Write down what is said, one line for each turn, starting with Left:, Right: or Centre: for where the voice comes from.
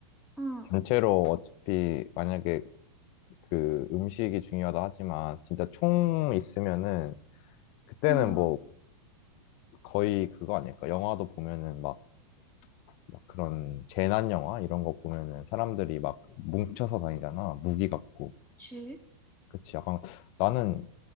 Centre: 응,
Left: 단체로 어차피 만약에 그 음식이 중요하다 하지만 진짜 총 있으면은 그때는
Centre: 응.
Left: 뭐 거의 그거 아닐까? 영화도 보면은 막 막 그런 재난 영화 이런 거 보면은 사람들이 막 뭉쳐서 다니잖아. 무기 갖고.
Centre: 그치?
Left: 그치. 약간 나는